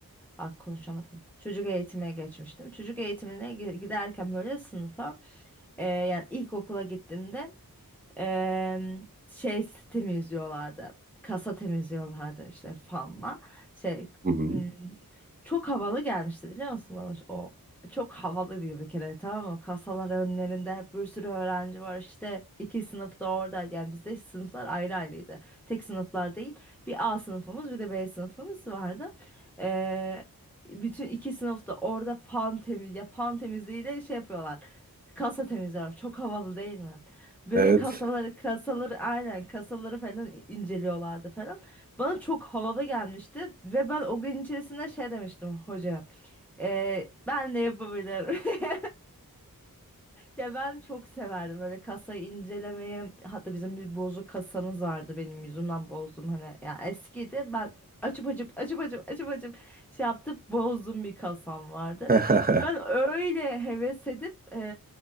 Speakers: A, in the centre; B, on the right.
A: Ah, konuşamadım. Çocuk eğitimine geçmiştim. Çocuk eğitimine gi- giderken böyle sınıfa eee yani ilkokula gittiğimde Em, şey temizliyorlardı. Kasa temizliyorlardı işte fanla. Şey
B: Hı
A: m,
B: hı.
A: çok havalı gelmişti biliyor musun bana o. Çok havalı diyor bir kere tamam mı? Kasalar önlerinde hep bir sürü öğrenci var işte iki sınıfta orada yani bizde sınıflar ayrı ayrıydı. Tek sınıflar değil bir A sınıfımız bir de B sınıfımız vardı. Ee, bütün iki sınıfta orada fan temiz ya fan temizliğiyle şey yapıyorlar. Kasa temizliyorlar. Çok havalı değil mi? Böyle
B: Evet.
A: kasaları kasaları aynen kasaları falan inceliyorlardı falan. Bana çok havalı gelmişti ve ben o gün içerisinde şey demiştim hocaya. "Ee, ben de yapabilirim. <laughs> Ya ben çok severdim böyle kasayı incelemeyi. Hatta bizim bir bozuk kasamız vardı benim yüzümden bozdum hani. Ya eskiydi ben açıp açıp açıp açıp açıp açıp şey yaptım bozdum bir kasam vardı.
B: <laughs>
A: Ben öyle heves edip